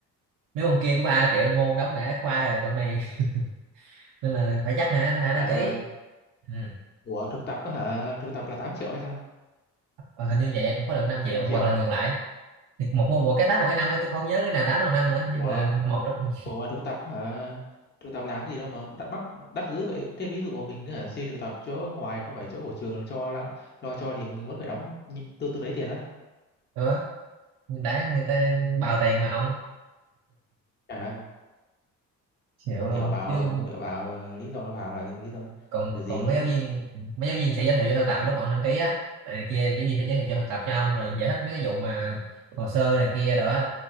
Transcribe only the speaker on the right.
nếu môn kia có 3 triệu môn đóng đã khoai rồi còn này <laughs> nên là phải chắc hả hả đăng
ký
ừ.
Ờ, hình như vậy cũng có được 5 triệu
hoặc là ngược lại Thì một một một cái tám một cái năm ấy, tôi không nhớ cái nào tám nào năm nữa
nhưng mà một trong
nữa đã người ta bào tiền mà ông
chịu
luôn
chứ
còn
còn
mấy
giáo viên mấy giáo viên sẽ giới thiệu cho thực tập lúc mà ông đăng ký á này kia giáo viên sẽ giới thiệu
cho thực tập cho ông rồi giải thích mấy cái vụ mà hồ sơ này kia đó